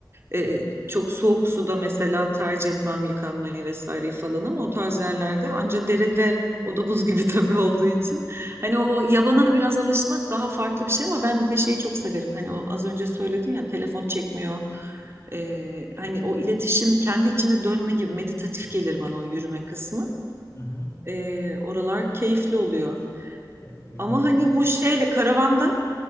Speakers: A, on the right (about 35°); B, on the left (about 40°).
A: e, çok soğuk suda mesela tercih etmem yıkanmayı vesaire falan ama o tarz yerlerde anca derede o da buz gibi <laughs> tabii olduğu için hani o yabana biraz alışmak daha farklı bir şey ama ben de şeyi çok severim hani o az önce söyledin ya telefon çekmiyor E, hani o iletişim kendi içine dönme gibi meditatif gelir bana o yürüme kısmı
B: Hı hı.
A: E, oralar keyifli oluyor.
B: Ya yürüme
A: Ama
B: kısmı
A: hani
B: çok
A: bu şeyle karavanda